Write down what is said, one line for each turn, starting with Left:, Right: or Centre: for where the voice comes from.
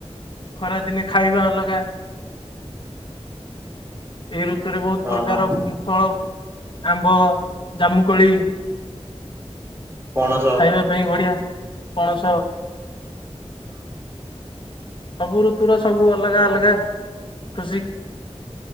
Left: ଖରାଦିନେ ଖାଇବା ଅଲଗା। ଏହି ଋତୁରେ ବହୁତ
Right: ଓହୋ
Left: ପ୍ରକାର ଉଁ ଫଳ। ଆମ୍ବ, ଜାମୁକୋଳି
Right: ପଣସ
Left: ଖାଇବା। ପାଇଁ ବଢିଆ ପଣସ।
Right: ହଁ।
Left: ସବୁ ଋତୁର ସବୁ ଅଲଗା ଅଲଗା ଖୁସି।